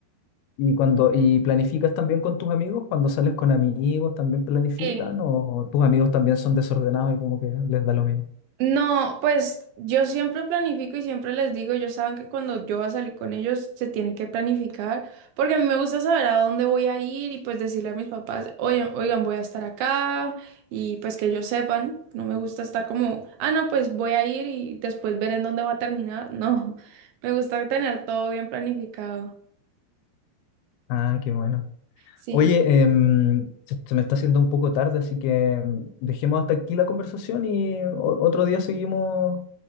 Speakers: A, on the left; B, on the right.
A: Y cuando, y planificas también con tus amigos, cuando sales con amigos, también planifican,
B: Sí.
A: o tus amigos también son desordenados y como que les da lo mismo.
B: No, pues yo siempre planifico y siempre les digo, ellos saben que cuando yo voy a salir con ellos se tienen que planificar, porque a mí me gusta saber a dónde voy a ir y pues decirle a mis papás, oigan, oigan, voy a estar acá y pues que ellos sepan, no me gusta estar como, ah, no, pues voy a ir y después ver en dónde va a terminar, no, <laughs> me gusta tener todo bien planificado.
A: Ah, qué bueno.
B: Sí,
A: Oye, em, se, se me está haciendo un poco tarde, así que em, dejemos hasta aquí la conversación y o- otro día seguimos,